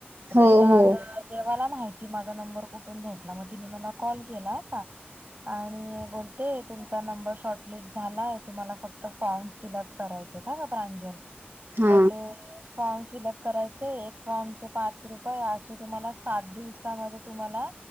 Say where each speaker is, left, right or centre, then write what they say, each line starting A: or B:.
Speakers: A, on the right; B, on the right.
A: तर
B: हो
A: तिला
B: हो
A: आता देवाला माहिती माझा नंबर कुठून भेटला मग तिने मला कॉल केला आता. आणि बोलते तुमचा नंबर शॉर्टलिस्ट झालाय. तुम्हाला फक्त फॉर्म फिलअप. करायचे ह का प्रांजल.
B: हा
A: तर ते फॉर्म फिलअप करायचे. एक फॉर्मचे पाच रुपया असे तुम्हाला सात दिवसामध्ये तुम्हाला